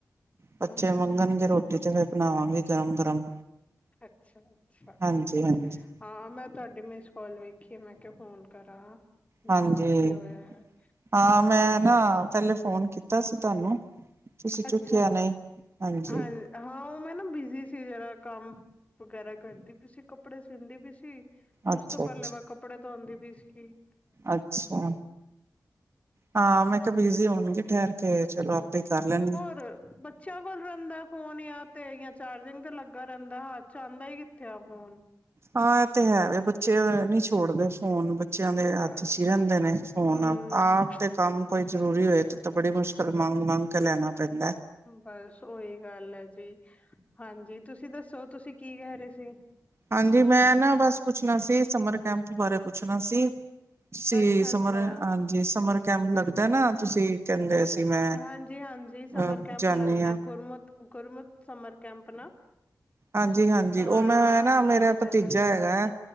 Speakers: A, on the left; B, on the right.
A: ਹਮ
B: ਬੱਚੇ ਮੰਗਣਗੇ
A: ਹਮ
B: ਰੋਟੀ ਤੇ ਫ਼ਿਰ ਬਣਾਵਾਂਗੀ ਗਰਮ-ਗਰਮ।
A: ਅੱਛਾ ਅੱਛਾ,
B: ਹਾਂਜੀ-ਹਾਂਜੀ, ਹਾਂਜੀ।
A: ਹਾਂ ਮੈਂ ਤੁਹਾਡੀ ਮਿਸ ਕੋਲ ਵੇਖੀ ਏ ਮੈਂ ਕਿਹਾ ਫੋਨ ਕਰਾਂ। ਦੇਖਾਂ
B: ਹਾਂਜੀ,
A: ਕੀ ਹੋਇਆ ਹੈ।
B: ਹਾਂ ਮੈਂ ਨਾ ਪਹਿਲੇ ਫ਼ੋਨ ਕੀਤਾ ਸੀ ਤੁਹਾਨੂੰ, ਤੁਸੀਂ ਚੁੱਕਿਆ
A: ਅੱਛਾ
B: ਨਹੀਂ, ਹਾਂਜੀ।
A: ਹਾਂ ਹਾਂ ਉਹ ਮੈਂ ਨਾ ਬਿਜੀ ਸੀ ਜਰਾ, ਕੰਮ ਵਗੈਰਾ ਕਰਦੀ ਪਈ ਸੀ, ਕੱਪੜੇ ਸੀਦੀ ਪਈ ਸੀ। ਉਸ
B: ਅੱਛਾ-ਅੱਛਾ,
A: ਤੋਂ ਪਹਿਲੇ ਮੈਂ ਕੱਪੜੇ ਧੋਂਦੀ ਪਈ ਸੀਗੀ।
B: ਅੱਛਾ, ਹਾਂ ਮੈਂ ਮੈਂ ਕਿਆ ਬਿਜੀ ਹੋਣਗੇ ਠਹਿਰ ਕੇ ਚਲੋ ਆਪੇ ਕਰ ਲੈਣਗੇ।
A: ਬੱ ਬੱਚਿਆਂ ਕੋਲ ਰਹਿੰਦਾ ਫ਼ੋਨ ਜਾਂ ਤੇ ਜਾਂ ਚਾਰਜਿੰਗ ਤੇ ਲੱਗਾ ਰਹਿੰਦਾ, ਹੱਥ ਚ ਆਂਦਾ ਹੀ ਕਿੱਥੇ ਆ ਫੋਨ।
B: ਹਾਂ ਐ ਤੇ ਹੈ ਵੇ ਬੱਚੇ ਨੀ ਛੋਡਦੇ ਫੋਨ‌। ਬੱਚਿਆਂ ਦੇ ਹੱਥ
A: ਬਸ
B: ਚ ਰਹਿੰਦੇ ਨੇ ਫ਼ੋਨ,
A: ਹੂੰ
B: ਆਪ ਤੇ ਕੰਮ ਕੋਈ ਜਰੂਰੀ ਹੋਏ ਤੇ ਤੇ ਬੜੀ ਮੁਸ਼ਕਲ ਮੰਗ-ਮੰਗ ਕੇ ਲੈਣਾ ਪੈਂਦਾ।
A: ਬਸ ਉਈ ਗੱਲ ਐ ਜੀ ਹਾਂਜੀ, ਤੁਸੀਂ ਦੱਸੋ ਤੁਸੀਂ ਕੀ ਕੈ ਰੇ ਸੀ?
B: ਹਾਂਜੀ ਮੈਂ ਨਾ ਬਸ ਪੁੱਛਣਾ ਸੀ, ਸਮਰ ਕੈਂਪ ਬਾਰੇ ਪੁੱਛਣਾ ਸੀ। ਤੁਸੀਂ
A: ਅੱਛਾ ਅੱਛਾ
B: ਸਮਰ ਹਾਂਜੀ, ਸਮਰ ਕੈਂਪ ਲੱਗਦਾ ਨਾ, ਤੁਸੀਂ ਕੈ ਦੇ ਸੀ ਮੈਂ
A: ਹਾਂਜੀ ਹਾਂਜੀ ਸਮਰ
B: ਅ
A: ਕੈਂਪ
B: ਜਾਂਦੀ
A: ਲੱਗਦਾ,
B: ਹਾਂ
A: ਗੁਰਮਤਿ ਗੁਰਮਤਿ ਸਮਰ ਕੈਂਪ ਨਾ?
B: ਹਾਂਜੀ ਹਾਂਜੀ, ਉਹ
A: ਹਾਂ
B: ਮੈਂ ਨਾ
A: ਲੱਗਦਾ
B: ਮੇਰਾ ਭਤੀਜਾ
A: ਲੈ
B: ਹੈਗਾ।